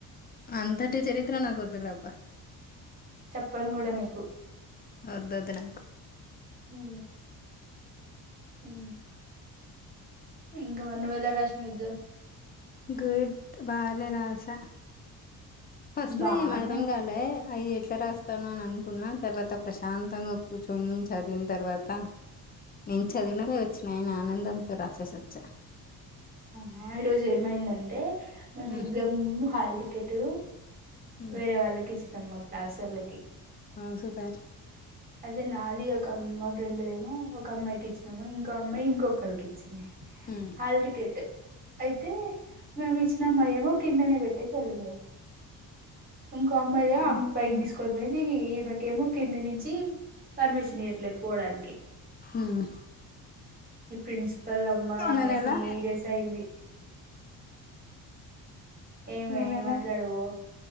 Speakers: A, on the left; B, on the right.
A: అంతటి చరిత్ర నాకొద్దులే అబ్బ
B: చెప్పను కూడా నీకు
A: వద్దొద్దునా
B: ఊ ఉ ఇంకా మరి నువ్వేళ రాసినవ్ గా
A: గుడ్ బానే రాశా ఫస్ట్
B: బానే
A: లో ఏం అర్థం కాలే అయ ఎట్ ఇట్ట రాస్తాను అని అనుకున్నా తర్వాత ప్రశాంతంగా కూర్చొని చదివిన తర్వాత నేను చదివినవే వచ్చినాయన ఆనందంతో రాసేసొచ్చా
B: ఆహ ఈరోజు ఏమైందంటే మేము
A: ఉమ్,
B: ఎగ్జామ్ హాల్ టికెట్
A: ఉమ్,
B: వేరే వాళ్ళకి చందమ్మా క్లాస వాలకి
A: ఆ సుపర్
B: అదే నాది ఒక అమ్మ ఫ్రెండ్ దేమో ఒక అమ్మాయికి ఇచ్చినాము ఇంకో అమ్మాయి ఇంకొ ఒకలికిచ్చింది
A: ఉమ్,
B: హల్ టికెట్ అయితే మేము ఇచ్చినమ్మా ఏమో కిందనే పెట్టేసిల్లి ఇల్లింది. ఇంకో అమ్మాయిద
A: ఉమ్,
B: అమ్మ పైకి
A: ఉమ్,
B: తీసుకోని పోంది ఈ మక ఏమో కింద నుంచి పర్మిషన్ ఇయట్లేదు పోవడానికి
A: ఉమ్.
B: ఈ ప్రిన్సిపల్ అమ్మ
A: మరి ఎలా
B: సీరియస్ అయింది. ఏమే
A: న నల
B: మాట్లాడవో